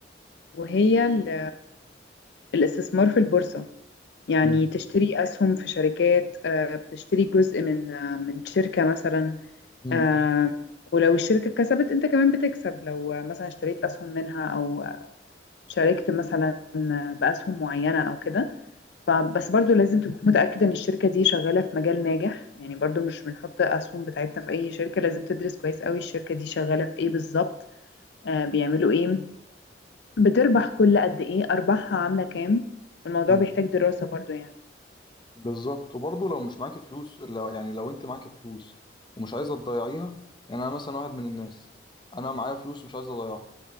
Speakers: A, on the left; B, on the left.
A: وهي ال- الاستثمار في البورصة يعني
B: مم.
A: تشتري أسهم في شركات آه، بتشتري جزء من آه، من شركة مثلا
B: مم.
A: آه، ولو الشركة كسبت أنت كمان بتكسب لو آه، مثلا اشتريت أسهم منها أو آه، شاركت مثلا آه، بأسهم معينة أو كده فبس برضو لازم تكون متأكد إن الشركة دي شغالة في مجال ناجح يعني برضو مش بنحط أسهم بتاعتنا في أي شركة لازم تدرس كويس قوي الشركة دي شغالة في إيه بالظبط آه، بيعملوا إيه بتربح كل قد إيه أرباحها عاملة كام الموضوع
B: مم.
A: بيحتاج دراسة برضو يعني
B: بالظبط وبرضه لو مش معاكي فلوس لو يعني لو انت معاكي فلوس ومش عايزه تضيعيها يعني انا مثلا واحد من الناس انا معايا فلوس ومش عايز اضيعها